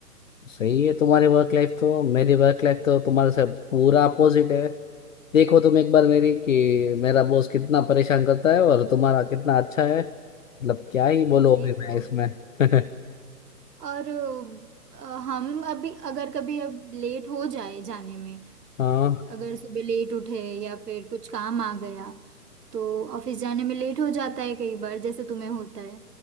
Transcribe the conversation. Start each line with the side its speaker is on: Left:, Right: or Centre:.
Left: सही है तुम्हारी वर्क लाइफ तो मेरी वर्क लाइफ तो तुम्हारे से पूरा अपोजिट है देखो तुम एक बार मेरी कि मेरा बॉस कितना परेशान करता है और तुम्हारा कितना अच्छा है मतलब क्या ही बोलो
Right: वही
Left: अभी मैं
Right: तो
Left: इसमें <laughs>
Right: और अ, हम अभी अगर कभी अब लेट हो जाए जाने में
Left: हाँ
Right: अगर सुबह लेट उठे या फिर कुछ काम आ गया तो ऑफिस जाने में लेट हो जाता है कई बार जैसे तुम्हें होता है